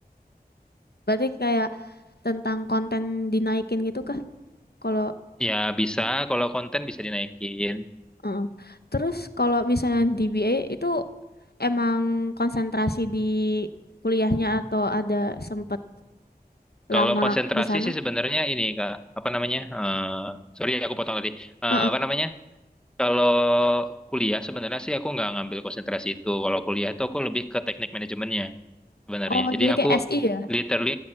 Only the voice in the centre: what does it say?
Ya bisa kalau konten bisa dinaikin,
Kalau
konsentrasi
sih sebenarnya ini Kak, apa namanya? Eh sorry aku potong tadi. Eh,
apa namanya? Kalau kuliah sebenarnya sih aku nggak ngambil konsentrasi itu. Kalau kuliah itu aku lebih ke teknik manajemennya sebenarnya.
Jadi
aku
literally